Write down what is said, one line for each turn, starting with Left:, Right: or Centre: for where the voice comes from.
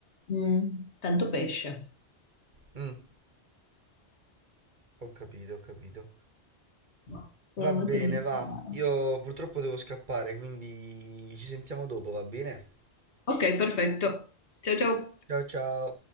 Left: Mm. Tanto pesce.
Right: Mm, ho capito, ho capito.
Left: No, quello
Right: Va bene,
Left: non è per niente
Right: va.
Left: male.
Right: Io purtroppo devo scappare, quindi ci sentiamo dopo, va bene?
Left: Ok, perfetto. Ciao ciao.
Right: Ciao ciao.